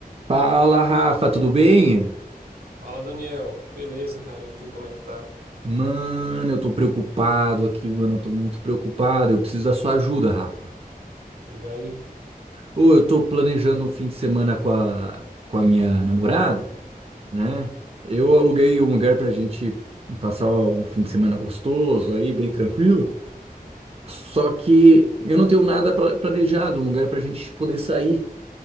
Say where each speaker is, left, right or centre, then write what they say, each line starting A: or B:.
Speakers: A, on the right (about 40°); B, on the right (about 75°).
A: Fala, Rafa, tudo bem?
B: Fala, Daniel. Beleza, cara? E tu, como é que tá?
A: Mano, eu tô preocupado aqui, mano, eu tô muito preocupado. Eu preciso da sua ajuda, Rafa.
B: Diga aí.
A: Ô, eu tô planejando um fim de semana com a, com a minha namorada, né? Eu aluguei um lugar pra gente passar um fim de semana gostoso aí, bem tranquilo. Só que eu não tenho nada pla- planejado, um lugar pra gente poder sair.